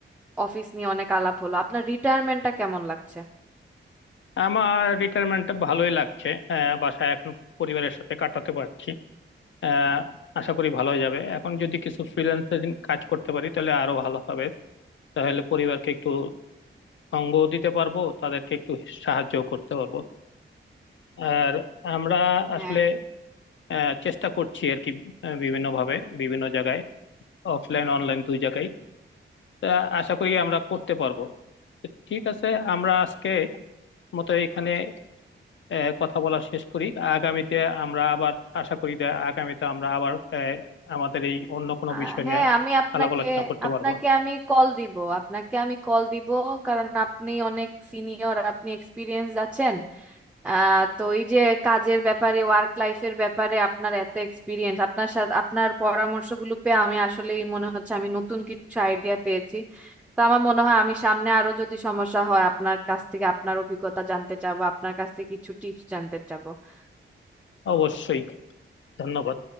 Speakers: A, in the centre; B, on the left.
A: অফিস নিয়ে অনেক আলাপ হলো আপনার রিটায়ারমেন্টটা কেমন লাগছে
B: আমার রিটায়ারমেন্টটা ভালোই লাগছে আহ, বাসায় এখন পরিবারের সাথে কাটাতে পারছি আহ, আশা করি ভালোই যাবে এখন যদি কিছু ফ্রিল্যান্সিং কাজ করতে পারি তাহলে আরো ভালো হবে তাহলে পরিবারকে একটু সঙ্গ দিতে পারবো তাদেরকে একটু সাহায্য করতে পারবো আর আমরা
A: হ্যাঁ
B: আসলে আহ, চেষ্টা করছি আর কি বিভিন্ন ভাবে বিভিন্ন জায়গায় অফলাইন অনলাইন দুই জায়গায় তা আশা করি আমরা করতে পারবো তো ঠিক আছে আমরা আজকে মতো এখানে আহ, কথা বলা শেষ করি আগামীতে আমরা আবার আশা করি যে আগামীতে আমরা আবার আহ, আমাদের এই অন্য কোনো
A: আহ,
B: বিষয়
A: হ্যাঁ
B: নিয়ে
A: আমি আপনাকে
B: আলাপ আলোচনা করতে
A: আপনাকে
B: পারবো
A: আমি কল দিব আপনাকে আমি কল দিব কারণ আপনি অনেক সিনিয়র আপনি এক্সপিরিয়েন্স আছেন আহ তো এই যে কাজের ব্যাপারে ওয়ার্ক লাইফের ব্যাপারে আপনার এত এক্সপিরিয়েন্স আপনার সাথে আপনার পরামর্শগুলো পেয়ে আমি আসলেই মনে হচ্ছে আমি নতুন কিছু আইডিয়া পেয়েছি তো আমার মনে হয় আমি সামনে আরো যদি সমস্যা হয় আপনার কাছ থেকে আপনার অভিজ্ঞতা জানতে চাবো আপনার কাছ থেকে কিছু টিপস জানতে চাবো
B: অবশ্যই ধন্যবাদ